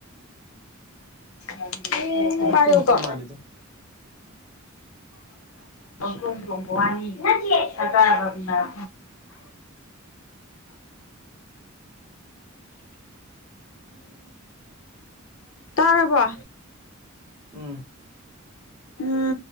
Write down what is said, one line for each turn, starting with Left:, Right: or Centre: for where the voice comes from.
Left: <unintelligible>
Right: ꯄꯨꯂꯞꯀꯤ
Left: ꯄꯥꯏꯑꯣꯀꯣ
Right: ꯃꯨꯠꯄ ꯃꯥꯜꯂꯤꯗ
Left: ꯈꯣꯡ ꯊꯣꯡꯕ ꯋꯥꯅꯤ ꯐꯅꯥ
Right: ꯎ
Left: ꯇꯥꯔꯕ
Right: ꯎꯝ
Left: ꯎꯝ